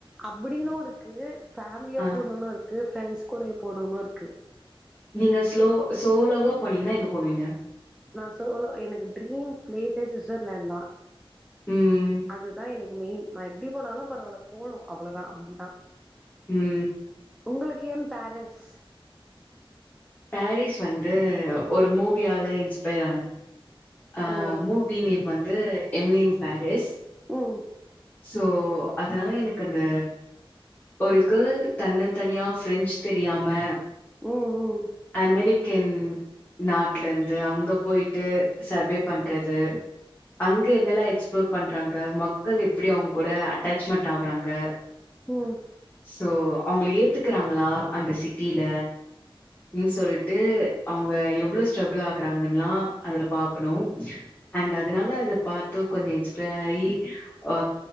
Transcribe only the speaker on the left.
ஆ
நீங்க ஸ்லோ சோலோவா போனீங்கன்னா எங்க போவீங்க
ம்.
ம்
பேரிஸ் வந்து ஒரு மூவியால இன்ஸ்பையர் ஆ
மூ மூவி நேம் வந்து எம்லின் பேரிஸ்
சோ அதனால எனக்கு அந்த ஒரு கேர்ள் தன்னந் தனியா பிரெஞ்சு தெரியாம
அமெரிக் கன் நாட்ல இருந்து அங்க போயிட்டு சர்வே பண்றது அங்க என்னெல்லா எக்ஸ்பிளோர் பண்றாங்க மக்கள் எப்டி அவுங்க கூட அட்டாச்மெண்ட் ஆகுறாங்க
சோ அவுங்கள ஏத்துக்கறாங்களா அந்த சிட்டில அப்டின் சொல்லிட்டு அவுங்க எவ்ளோ ஸ்ட்ரகுள் ஆகுறாங்கல்லா அதுல பாக்கணு அண்ட் அதனால அத பாத்து கொஞ்சோ இன்ஸ்பயர் ஆயி ஆ